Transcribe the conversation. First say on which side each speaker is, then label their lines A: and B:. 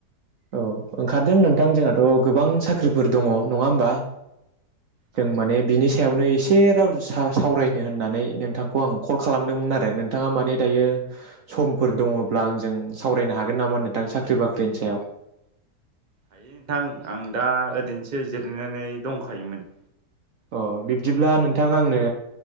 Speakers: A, on the right (about 55°); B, on the right (about 30°).
A: औ ओंखारदों नोंथां जोंहाथ' गोबां साख्रिफोर दङ नङा होमबा
B: औ
A: जों
B: नोंथां
A: माने बिनि सायावनो एसे एसे राव सा-सावरायनो होननानै नोंथांखौ आं कल खालामदोंमोन आरो नोंथाङा माने दायो समफोर दङब्ला आंजों सावरायनो हागोन नामा नोंथां साख्रि बाख्रिनि सायाव
B: हायो नोंथां आं दा ओरैनोसो जिरायनानै दंखायोमोन
A: अ बिब्दिब्ला नोंथां आंनो